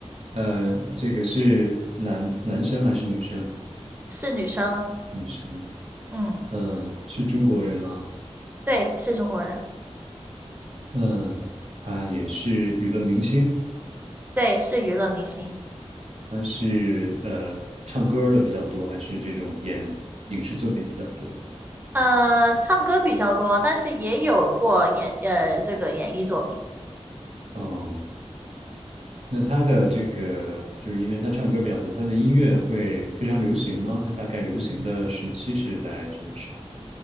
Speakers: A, on the right (about 65°); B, on the right (about 15°).
A: 呃，这个是男男生还是女生？
B: 是女生，
A: 女生，
B: 嗯，
A: 嗯、是中国人吗？
B: 对，是中国人。
A: 嗯、他也是娱乐明星，
B: 对，是娱乐明星，
A: 他是呃唱歌儿的比较多，还是这种演影视作品比较多？
B: 呃，唱歌比较多，但是也有过演，呃，这个演艺作品。
A: 哦、那他的这个，就是因为他唱歌比较多，他的音乐会非常流行吗？他大概流行的时期是在什么时候？